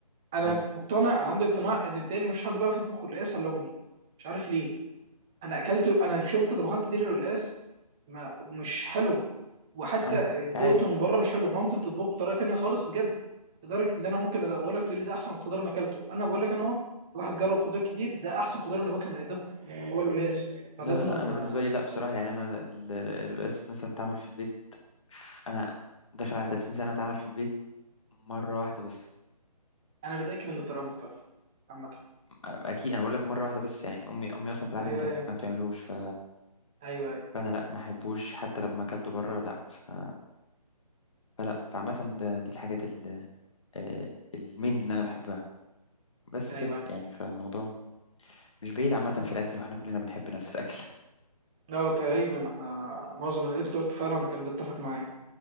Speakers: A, in the centre; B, on the left.
A: انا
B: اه
A: مقتنع انا عندي اقتناع ان بالتالي مفيش حد بقى في يطبخ القلقاس الا امي مش عارف ليه انا اكلت انا شفت طبخات كتير للقلقاس ما مش حلوه وحتى
B: أنا مش
A: دقته
B: عارف
A: من بره مش حلو مامتي بتطبخه بطريقه تانية خالص بجد لدرجه ان انا ممكن ادوق لك تقول لي ده احسن خضار انا اكلته انا بقول لك انا اهو الواحد جرب خضار كتير ده احسن خضار انا باكله من ايدها هو القلقاس فلازم
B: لا لا لا انا
A: أن-
B: بالنسبه لي لا بصراحه يعني انا ال- ال- القلقاس مثلا تعمل في البيت انا داخل على 30 سنه اتعمل في البيت مره واحده بس
A: انا متاكد ان الطريقه مختلفه عامه
B: اكيد انا بقول لك مره واحده بس يعني امي امي اصلا في العادي
A: ايوه
B: ما تعم-
A: ايوه
B: ما بتعملوش ف...
A: ايوه ايوه,
B: فانا لا ما احبوش حتى لما اكلته بره لا ف... فلا فعامه ده دي الحاجات ال... آه، المين اللي انا بحبها بس
A: أيوة.
B: كده يعني فالموضوع م- مش بعيد عامه في الاكل واحنا كلنا بنحب نفس الاكل
A: اه تقريبا احنا معظم اللي انت قلته فعلا كان بيتفق معايا